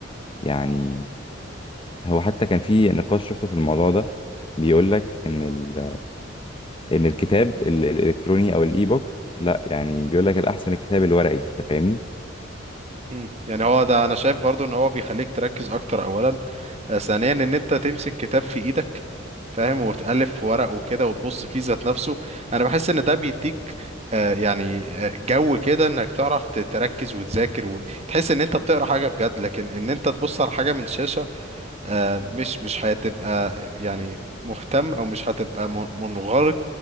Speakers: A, on the left (about 25°); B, on the right (about 30°).
A: يعني هو حتى كان في نقاش شفته في الموضوع ده بيقول لك ان ال... ان الكتاب ال- الالكتروني او الاي بوك لا يعني بيقول لك الاحسن الكتاب الورقي انت فاهمني
B: مم. يعني هو ده انا شايف برضو ان هو بيخليك تركز اكتر اولا آه، ثانيا ان انت تمسك كتاب في ايدك فاهم وتألف في ورق وكده وتبص فيه ذات نفسه انا بحس ان ده بيديك آه، يعني آه، جو كده انك تعرف ت- تركز وتذاكر وتحس ان انت بتقرا حاجة بجد لكن ان انت تبص على حاجة من شاشة آه، مش مش هتبقى يعني مهتم او مش هتبقى من- منغرق